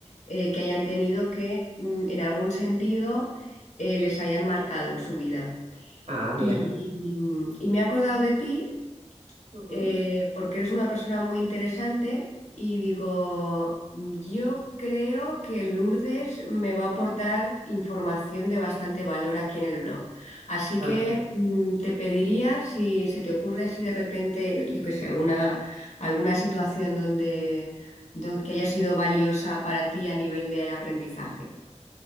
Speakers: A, on the left (about 75°); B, on the right (about 75°).
A: eh, que hayan tenido que mm, en algún sentido eh, les hayan marcado en su vida.
B: Ah, bien.
A: Y, y- y me he acordado de ti
B: Ujú.
A: eh, porque eres una persona muy interesante y digo, yo creo que Lourdes me va a aportar información de bastante valor aquí en el blog. Así
B: Ajá.
A: que mm, te pediría si se te ocurre así de repente, yo qué sé, alguna, alguna situación donde, don- que haya sido valiosa para ti a nivel de aprendizaje.